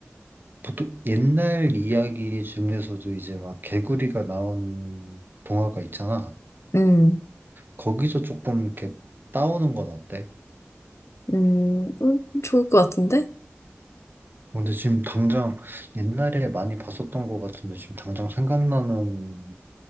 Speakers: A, on the right (about 45°); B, on the left (about 85°).
A: 보통 옛날 이야기 중에서도 이제 막 개구리가 나오는 동화가 있잖아.
B: 음,
A: 거기서 조금 이렇게 따오는 건 어때?
B: 음, 음, 좋을 것 같은데?
A: 근데 지금 당장 옛날에 많이 봤었던 것 같은데 지금 당장 생각나는